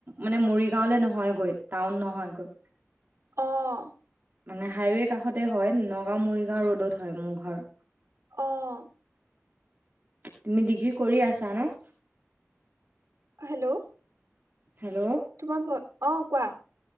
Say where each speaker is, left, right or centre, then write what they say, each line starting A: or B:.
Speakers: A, on the right; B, on the right.
A: মানে মৰিগাঁওলৈ নহয়গৈ টাউন নহয়গৈ।
B: অহ।
A: মানে হাইৱে কাষত তে হয় নগাঁও মৰিগাঁও ৰদত হয় মোৰ ঘৰ।
B: অ'।
A: তুমি ডিগ্ৰী কৰি আছা ন'?
B: হেল্ল'
A: হেল্ল'
B: তোমাৰ ঘৰ অ' কোৱা